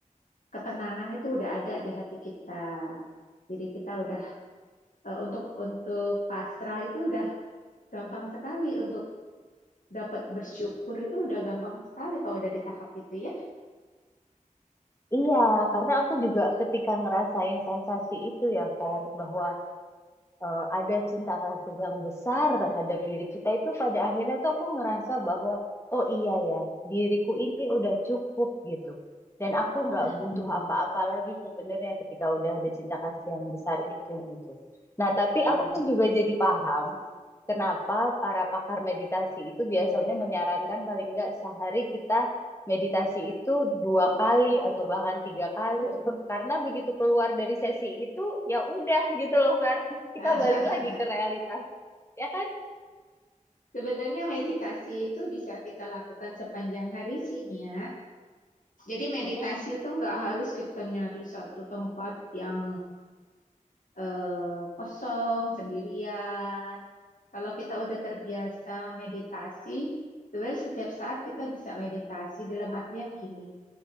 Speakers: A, on the left (about 70°); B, on the left (about 20°).
A: ketenangan itu udah ada di hati kita jadi kita udah eh, untuk untuk pasrah itu udah gampang sekali untuk dapat bersyukur itu udah gampang sekali kalau udah di tahap itu ya
B: iya, karena aku juga ketika ngerasain sensasi itu ya, Fer, bahwa eh, ada cinta kasih yang besar terhadap diri kita itu pada akhirnya tuh aku ngerasa bahwa oh iya ya diriku ini udah cukup gitu dan aku nggak
A: Mm-mm.
B: butuh apa-apa lagi sebenarnya ketika udah ada cinta kasih yang besar itu gitu. Nah tapi
A: Iya.
B: aku juga jadi paham kenapa para pakar meditasi itu biasanya menyarankan paling nggak sehari kita Meditasi itu dua kali atau bahkan tiga kali karena begitu keluar dari sesi itu ya udah gitu loh Fer kita
A: <laughs> Aha,
B: balik lagi ke realitas ya kan
A: Sebenarnya meditasi itu bisa kita lakukan sepanjang hari sih Mia. Jadi meditasi
B: Mm-mm.
A: itu nggak harus kita nyari satu tempat yang eh, kosong, sendirian. Kalau kita udah terbiasa meditasi, sebenarnya setiap saat kita bisa meditasi dalam artian gini.